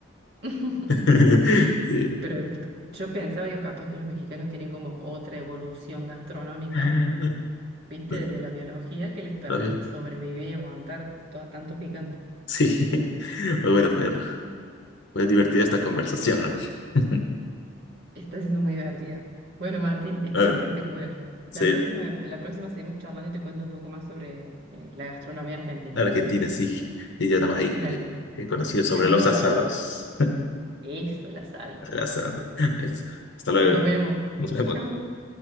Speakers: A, on the right; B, on the left.
A: <laughs>
B: <laughs> Sí.
A: Pero el- yo pensaba, yo capaz que los mexicanos tienen como otra evolución gastronómica
B: Ah,
A: viste,
B: Bueno,
A: desde la biología que les permite
B: está bien.
A: sobrevivir y aguantar todo tanto picante.
B: Sí. <laughs> Bueno, fue, fue divertida esta conversación, ¿no? <laughs>
A: Está siendo muy divertido. Bueno, Martín, estuvo
B: Ah,
A: espectacular.
B: sí,
A: La próxima, la próxima seguimos charlando y te cuento un poco más sobre eh, la gastronomía argentina.
B: Argentina, sí. Y ya nada más ahí
A: Dale,
B: eh, eh, conocido sobre
A: te mando
B: los
A: un
B: asados.
A: abrazo. Eso, el asadito.
B: <laughs> Asado. Hasta luego.
A: Nos vemos.
B: Nos vemos.
A: Chau.